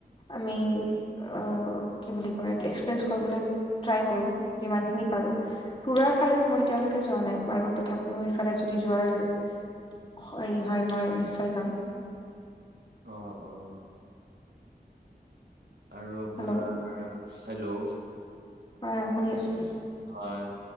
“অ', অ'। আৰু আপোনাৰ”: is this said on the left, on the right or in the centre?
Right